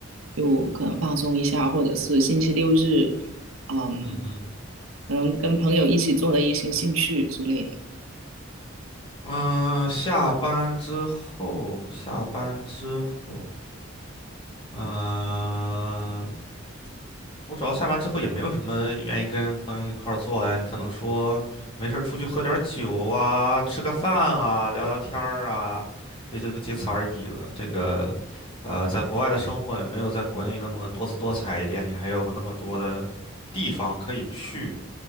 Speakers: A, on the right; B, on the left.
A: 就可能放松一下，或者是星期六日，嗯，
B: 嗯哼，
A: 可能跟朋友一起做的一些兴趣之类的。
B: 嗯、下班之后，下班之后，嗯、我主要下班之后也没有什么愿意跟朋友一块儿做的呀，你可能说没事儿出去喝点儿酒啊，吃个饭啊，聊聊天儿啊，也就仅此而已了。这个，呃，在国外的生活也没有在国内那么多姿多彩一点，你还有那么多的地方可以去